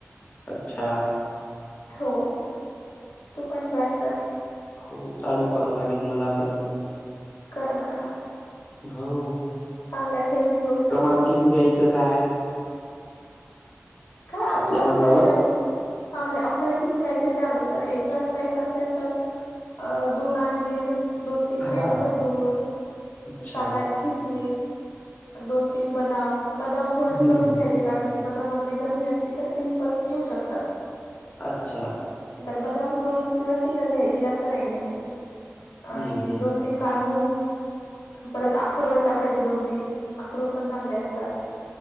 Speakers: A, on the left (about 35°); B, on the left (about 80°).
A: अच्छा.
B: हो, तू पण ट्राय कर.
A: हो चालू करावं लागेल, मलापण मग.
B: करा करा.
A: हाव हो.
B: चांगल्या हेल्दी गोष्टी
A: प्रमाण किती घ्यायचं काय?
B: काय आपला
A: आपल्या मनावर
B: अंदाजाने. हा म्हणजे आपल्याला किती प्यायचंय त्यानुसार. एक ग्लास प्यायचा असेल तर अ दोन अंजीर, दोन तीन
A: हा
B: पेंट खजूर,
A: अच्छा
B: सात आठ खिसमिस, दोन तीन बदाम, बदाम थोडेसे
A: हम्म
B: कमीच
A: हम्म
B: घ्यायचे कारण की ब दामामध्ये गरमी असती, तर पिंपल्स येऊ शकतात.
A: अच्छा.
B: तर बदाम दोन किंवा तीनच घ्यायचे, जास्त नाही घ्यायचे.
A: हम्म
B: आणि
A: हम्म
B: दोन तीन काजू. परत अक्रोड टाकायचे दोन तीन, अक्रोड पण चांगले असतात.